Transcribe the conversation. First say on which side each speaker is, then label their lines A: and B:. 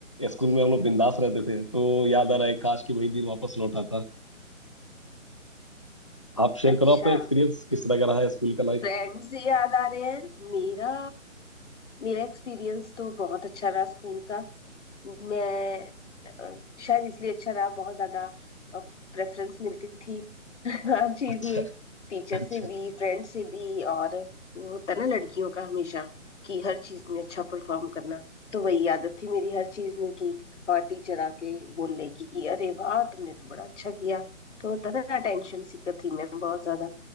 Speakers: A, on the left (about 25°); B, on the left (about 60°).
A: स्कूल में हम लोग बिंदास रहते थे तो याद आ रहा है काश कि वही दिन वापस लौट आता आप शेयर
B: अच्छा
A: करो अपना एक्सपीरियंस किस तरह का रहा है स्कूल का लाइफ
B: फ्रेंड्स से याद आ रहे हैं मेरा मेरा एक्सपीरियंस तो बहुत अच्छा रहा स्कूल का मैं अ, शायद इसलिए अच्छा रहा बहुत ज्यादा प्रेफरेंस मिलती थी <laughs> हर चीज
A: <laughs>
B: में
A: अच्छा
B: टीचर
A: अच्छा
B: से भी फ्रेंड से भी और वो होता ना लड़कियों का हमेशा कि हर चीज में अच्छा परफॉर्म करना तो वही आदत थी मेरी हर चीज में कि और टीचर आके बोल ले कि अरे वाह तुमने तो बड़ा अच्छा किया तो होता ना अटेंशन सीकर थी मैं बहुत ज्यादा